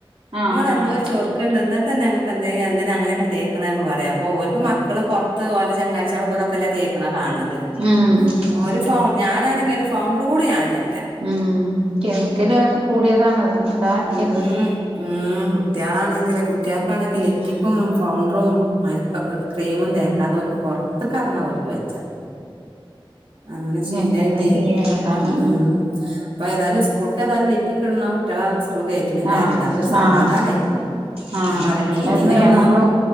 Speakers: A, on the right; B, on the right.
A: ആഹ് ആഹ്
B: ഇങ്ങെളെ
A: ആഹ്
B: ചൊർക്ക്ണ്ട് ഇന്നട്ടെന്നേ ഇങ്ങക്ക് എന്തിനാ എന്തിനാ അങ്ങനെക്കെ തേക്ക്ണെ പറയായും അപ്പോ ഓൽക്ക് മക്കള് പൊർ ത്ത് ഓലെ ചങ്ങാഴ്ചിയാളൊക്കെ ഇതൊക്കെല്ല തേക്ക്ണ കാണ് ണത്
A: ഉം ഉം
B: ഓരെ പ്പം ഞാനാണെങ്കി ഒരു ഫൗണ്ടർ കൂടി ഞാടല്ല.
A: ഉം.. കെമിക്കല് അത് കൂടിയതാണതൊന്നും ഇടാഅയക്കരുത്.
B: ഉം ഉം കുട്ട്യാളാണെങ്കിൽ കുട്ട്യാക്കാണെങ്കിൽ
A: ഉം
B: ലിഫ്റ്റിക്കും ഫൗണ്ടറും മൈ ക്ക ക്രീമും തേക്കാതെ ഓല്ക്ക് പൊർത്ത്ക്കർങ്ങാ ഓൽക്ക് വെജ്ജ അങ്ങനെ ശീലായിട്ടേ
A: എന്താ ചെയ്യാ അതാണ്
B: ഉം പ്പേതായാലും സ്കൂൾക് ഏതായാലും ലിഫ്റ്റിക്കിടുന്ന കുട്യളെ സ്കൂൾ കേറ്റ്ണ്ല്ലാറിണ്ട്.
A: ആഹ്
B: അതൊരു സമാധാനയ്
A: ആഹ്
B: ക്കണ്.
A: ആഹ്
B: ഞാൻ പറയാ
A: അങ്ങനെ
B: മീറ്റിങ്ങിലൊന്നും,
A: ഒരു നിയമങ്ങള്